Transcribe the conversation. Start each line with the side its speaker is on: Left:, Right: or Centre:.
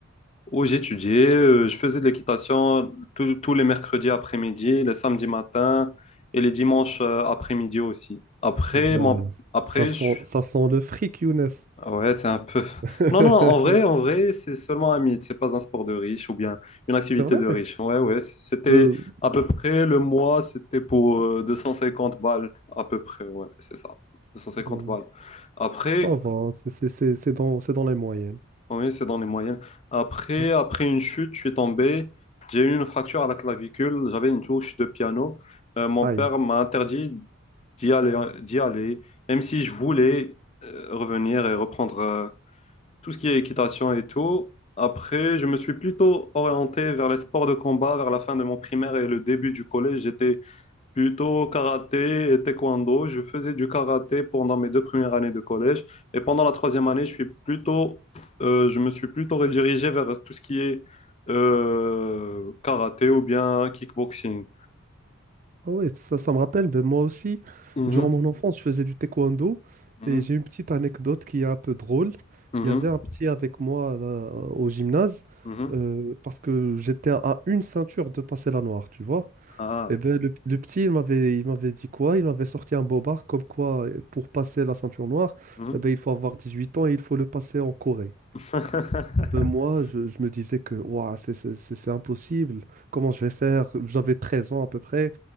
Left: où j'étudiais, euh, je faisais de l'équitation tous tous les mercredis après-midi, les samedis matins et les dimanches euh, après-midi aussi. Après,
Right: Ah ben,
Left: mon, après,
Right: ça sent,
Left: je-
Right: ça sent le fric, Younes.
Left: ouais, c'est un peu. <laughs>
Right: <laughs>
Left: Non, non, en vrai, en vrai, c'est seulement un mythe. C'est pas un sport de riche ou bien une activité
Right: C'est vrai?
Left: de riche. Ouais, ouais, c- c'était
Right: Ben,
Left: à peu près le mois, c'était pour euh, 250 balles à peu près. Ouais, c'est ça, 250
Right: euh,
Left: balles. Après.
Right: ça va, c'est c'est- c'est- c'est dans, c'est dans les moyennes.
Left: Oui, c'est dans les moyennes. Après,
Right: Ouais.
Left: après une chute, je suis tombé. J'ai eu une fracture à la clavicule. J'avais une touche de piano. Euh, mon père
Right: Aïe.
Left: m'a interdit d'y aller, d'y aller, même si je voulais euh, revenir et reprendre euh, tout ce qui est équitation et tout. Après, je me suis plutôt orienté vers les sports de combat vers la fin de mon primaire et le début du collège. J'étais Plutôt karaté et taekwondo. Je faisais du karaté pendant mes deux premières années de collège. Et pendant la troisième année, je suis plutôt, euh, je me suis plutôt redirigé vers tout ce qui est euh, karaté ou bien kickboxing.
Right: Ah ouais, ça, ça me rappelle, ben moi aussi,
Left: Mhm,
Right: durant mon enfance, je faisais du taekwondo
Left: mhm,
Right: et j'ai une petite anecdote qui est un peu drôle.
Left: mhm,
Right: Il y avait un petit avec moi euh, au gymnase
Left: mhm.
Right: euh, parce que j'étais à une ceinture de passer la noire, tu vois.
Left: Ah,
Right: Et ben le, le petit, il m'avait, il m'avait dit quoi? Il m'avait sorti un bobard comme quoi euh, pour passer la ceinture noire,
Left: mhm.
Right: eh ben, il faut avoir 18 ans et il faut le passer en Corée.
Left: <laughs>
Right: Ben moi, je, je me disais que ouah, c'est c'est- c'est- c'est impossible, comment je vais faire? J'avais 13 ans à peu près,